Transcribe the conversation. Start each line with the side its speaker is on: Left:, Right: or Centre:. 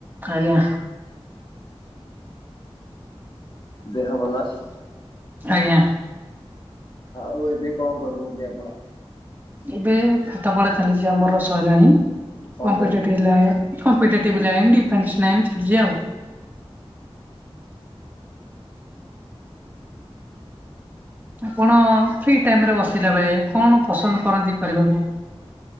Right: ଆଜ୍ଞା
Left: ଦେହ ଭଲ ଅଛି।
Right: ଆଜ୍ଞା।
Left: ଆଉ ଏବେ କଣ କରୁଚନ୍ତି ଆପଣ?
Right: ଏବେ ଫାଟ ପଢା ଚାଲିଛି ଆମର ସଇଲାଣି
Left: କଣ
Right: କମ୍ପି
Left: ଚାଲିଛି
Right: <unintelligible> କମ୍ପିଟେଟିଭ୍ଡି ଲାଇନ <unintelligible> ଲାଇନ ଚାଲିଛି ଆଉ। ଆପଣ ଫ୍ରି ଟାଇମ ରେ ବସିଲା ବେଳେ କଣ ପସନ୍ଦ କରନ୍ତି କରିବାକୁ।